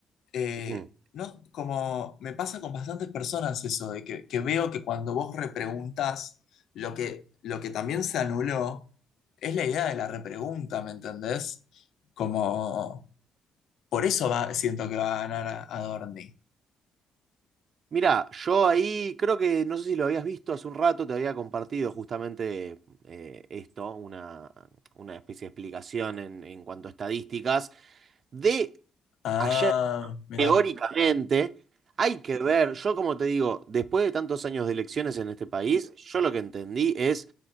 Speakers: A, on the left; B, on the right.
A: eh,
B: obvio.
A: no, como me pasa con bastantes personas eso, de que, que veo que cuando vos repreguntas, lo que, lo que también se anuló es la idea de la repregunta, ¿me entendés? Como por eso va, siento que va a ganar a, a Dorni.
B: Mirá, yo ahí creo que, no sé si lo habías visto hace un rato, te había compartido justamente eh, esto, una, una especie de explicación en, en cuanto a estadísticas, de
A: Ah,
B: ayer.
A: mira.
B: Teóricamente, hay que ver, yo como te digo, después de tantos años de elecciones en este país, yo lo que entendí es,